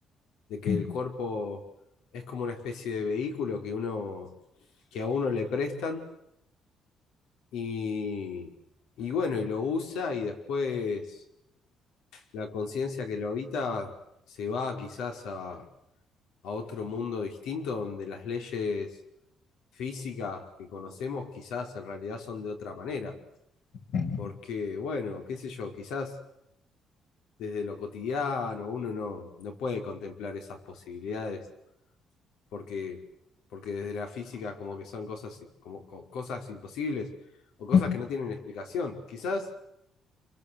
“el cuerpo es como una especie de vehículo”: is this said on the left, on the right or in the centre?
Left